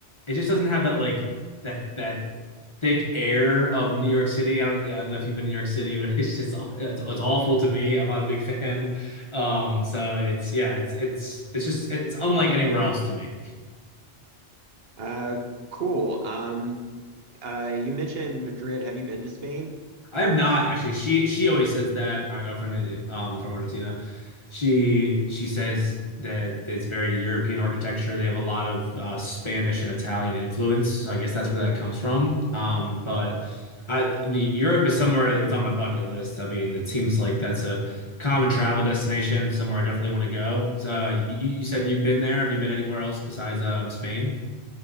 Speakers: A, on the left; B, on the right.
A: it just doesn't have that like that that thick air of New York City. I don't I don't know if you've been to New York City, but <laughs> it's just aw- it's, it's awful to me. I'm not a big <laughs> fan. Um, so it's yeah, it's it's it's just it's unlike anywhere else to me.
B: Uh, cool. Um, uh, you mentioned Madrid. Have you been to Spain?
A: I have not actually. She she always says that my girlfriend is um from Argentina. She she says that it's very European architecture. They have a lot of uh, Spanish and Italian influence. So I guess that's where that comes from. Um, but I, I mean, Europe is somewhere it's on my bucket list. I mean, it seems like that's a common travel destination, somewhere I definitely want to go. So uh, you, you said you've been there. Have you been anywhere else besides um Spain?